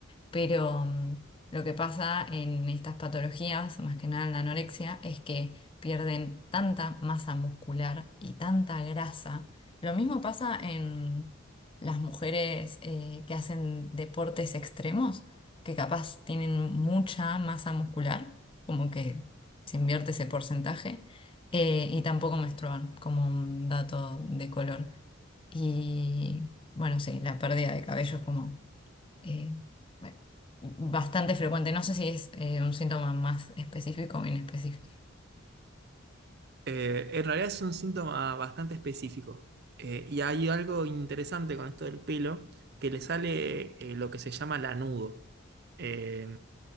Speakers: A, on the left (about 25°); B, on the right (about 50°).
A: pero mm, lo que pasa en estas patologías, más que nada en la anorexia, es que pierden tanta masa muscular y tanta grasa. Lo mismo pasa en las mujeres eh, que hacen deportes extremos, que capaz tienen mucha masa muscular, como que se invierte ese porcentaje, eh, y tampoco menstruan, como un dato de color. Y bueno, sí, la pérdida de cabello es como eh, bueno, bastante frecuente. No sé si es eh, un síntoma más específico o inespecífico.
B: Eh, en realidad es un síntoma bastante específico. Eh, y hay algo interesante con esto del pelo, que le sale eh, lo que se llama lanudo. Eh,